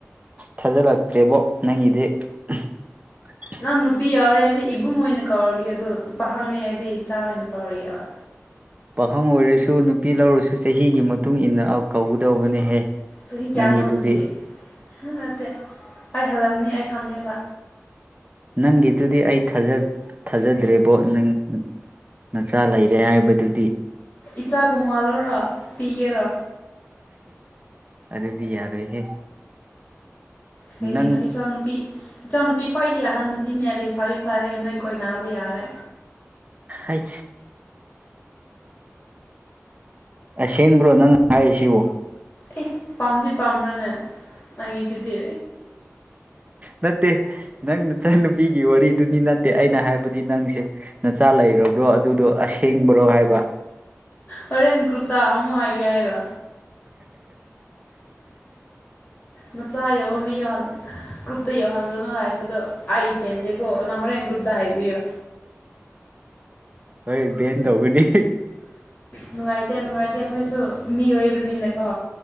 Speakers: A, on the right; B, on the left.
A: ꯊꯥꯖꯜꯂꯛꯇ꯭ꯔꯦꯕꯣ ꯅꯪꯒꯤꯗꯤ꯫ <inaudible>
B: ꯅꯪ ꯅꯨꯄꯤ ꯌꯥꯎꯔꯦ ꯍꯥꯏꯗꯤ ꯏꯕꯨꯡ ꯑꯣꯏꯅ ꯀꯧꯔꯒꯦ ꯑꯗꯣ ꯄꯥꯍꯪꯅꯦ ꯍꯥꯏꯗꯤ ꯏꯆꯥ ꯑꯣꯏꯅ ꯀꯧꯔꯒꯦꯕ꯫
A: ꯄꯥꯈꯪ ꯑꯣꯏꯔꯁꯨ ꯅꯨꯄꯤ ꯂꯧꯔꯁꯨ ꯆꯍꯤꯒꯤ ꯃꯇꯨꯡ ꯏꯟꯅ ꯀꯧꯒꯗꯧꯕꯅꯦꯍꯦ꯫
B: ꯆꯍꯤ ꯀꯌꯥꯅꯣ
A: ꯅꯪꯒꯤꯗꯨꯗꯤ
B: ꯑꯗꯨꯗꯤ ꯑꯗꯨ ꯅꯠꯇꯦ ꯑꯩ ꯍꯜꯂꯝꯅꯤ ꯑꯩ ꯈꯪꯉꯦꯕ꯫
A: ꯅꯪꯒꯤꯗꯨꯗꯤ ꯑꯩ ꯊꯥꯖꯗ꯭ꯔꯦꯕꯣ ꯅꯪ꯫ ꯅꯆꯥ ꯂꯩꯔꯦ ꯍꯥꯏꯕꯗꯨꯗꯤ꯫
B: ꯏꯇꯥ ꯀꯃꯜ ꯑꯣꯔꯥ ꯄꯤꯒꯦꯔꯥ꯫
A: ꯑꯗꯨꯗꯤ ꯌꯥꯔꯣꯏꯍꯦ꯫
B: ꯀꯩꯒꯤꯅꯣ
A: ꯅꯪ
B: ꯏꯆꯥ ꯅꯨꯄꯤ꯫ ꯏꯆꯥ ꯅꯨꯨꯄꯤ ꯈ꯭ꯋꯥꯏꯗꯤ ꯑꯍꯟꯗꯨꯗꯤꯅꯦ ꯂꯦꯛꯁꯥꯕꯤ ꯐꯔꯦ ꯅꯣꯏ ꯑꯩꯈꯣꯏ ꯅꯥꯕ ꯌꯥꯔꯦ꯫
A: ꯍꯥꯏ꯫ ꯑꯁꯦꯡꯕ꯭ꯔꯣ ꯅꯪ ꯍꯥꯏꯔꯤꯁꯤꯕꯣ꯫
B: ꯑꯦ ꯄꯥꯝꯗꯤ ꯄꯥꯝꯕ꯭ꯔꯅꯦ ꯅꯪꯉꯤꯁꯤꯗꯤ꯫
A: ꯅꯠꯇꯦ ꯅꯪ ꯅꯨꯆ ꯅꯨꯨꯄꯤꯒꯤ ꯋꯥꯔꯤꯗꯨꯗꯤ ꯅꯠꯇꯦ ꯑꯩꯅ ꯍꯥꯏꯕꯗꯤ ꯅꯪꯁꯦ꯫ ꯅꯆꯥ ꯂꯩꯔꯕ꯭ꯔꯣ ꯑꯗꯨꯗꯣ ꯑꯁꯦꯡꯕ꯭ꯔꯣ ꯍꯥꯏꯕ꯫
B: ꯍꯣꯔꯦꯟ ꯀ꯭ꯔꯨꯞꯇ ꯑꯃꯨꯛ ꯍꯥꯏ ꯍꯥꯏꯔꯣ꯫ ꯃꯆꯥ ꯌꯎꯕ ꯃꯤ ꯌꯥꯉꯤ꯫ ꯒ꯭ꯔꯨꯞꯇ ꯌꯧꯍꯟꯒꯅꯨ ꯍꯥꯏꯕꯗꯣ ꯑꯩ ꯄꯦꯟꯗꯦꯀꯣ ꯅ ꯍꯣꯔꯦꯟ ꯒ꯭ꯔꯨꯞꯇ ꯍꯥꯏꯕꯤꯌꯨ꯫
A: ꯍꯣꯏ ꯚꯦꯟ ꯇꯧꯒꯅꯤ꯫
B: ꯅꯨꯡꯉꯥꯏꯇꯦ ꯅꯨꯡꯉꯥꯏꯇꯦ ꯑꯩꯈꯣꯏꯁꯨ ꯃꯤ ꯑꯣꯏꯕꯅꯤꯅꯀꯣ꯫